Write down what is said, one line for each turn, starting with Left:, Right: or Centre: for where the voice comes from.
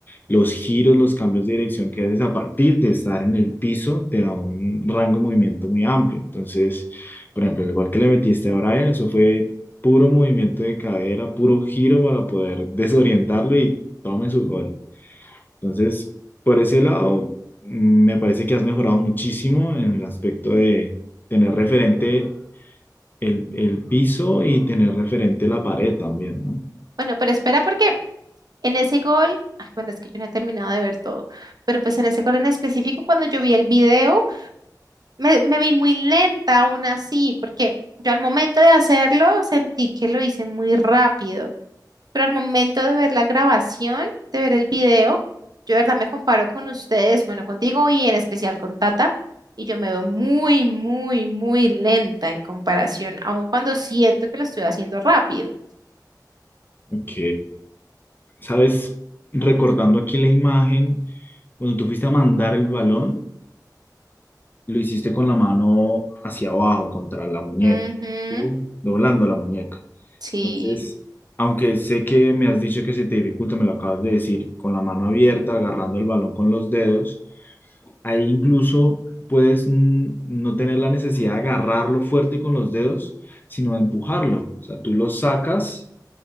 Left: los giros, los cambios de dirección que haces a partir de estar en el piso te da un rango de movimiento muy amplio. Entonces, por ejemplo, igual que le metiste a Brian, eso fue puro movimiento de cadera, puro giro para poder <laughs> desorientarlo y tome su gol. Entonces, por ese lado, mm, me parece que has mejorado muchísimo en el aspecto de tener referente el, el piso y tener referente la pared también, ¿no?
Right: bueno, pero espera porque en ese gol, ay, bueno, es que yo no he terminado de ver todo, pero pues en ese gol en específico, cuando yo vi el video, Me, me vi muy lenta aún así, porque yo al momento de hacerlo sentí que lo hice muy rápido, pero al momento de ver la grabación, de ver el video, yo de verdad me comparo con ustedes, bueno, contigo y en especial con Tata, y yo me veo muy, muy, muy lenta en comparación, aun cuando siento que lo estoy haciendo rápido.
Left: Ok, Sabes, recordando aquí la imagen, cuando tú fuiste a mandar el balón, lo hiciste con la mano hacia abajo, contra la muñeca,
Right: Ujú,
Left: ¿sí? Doblando la muñeca.
Right: sí,
Left: Entonces, aunque sé que me has dicho que se te dificulta, me lo acabas de decir, con la mano abierta, agarrando el balón con los dedos, ahí incluso puedes mm, no tener la necesidad de agarrarlo fuerte con los dedos, sino de empujarlo. O sea, tú lo sacas